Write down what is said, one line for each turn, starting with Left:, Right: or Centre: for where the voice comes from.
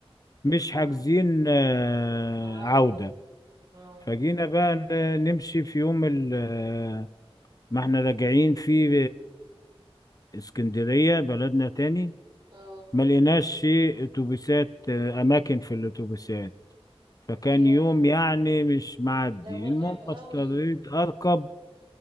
Left: مش
Right: اه
Left: حاجزين آه،
Right: عودة
Left: عودة
Right: اه
Left: فجينا بقى ن- نمشي في يوم ال- آه، ما احنا راجعين في آه، اسكندرية بلدنا تاني
Right: اه
Left: ما لقيناش في اتوبيسات آه، اماكن في الاتوبيسات فكان
Right: ياه
Left: يوم يعني مش معدي
Right: ده متعب
Left: المهم
Right: أوي
Left: اضطريت اركب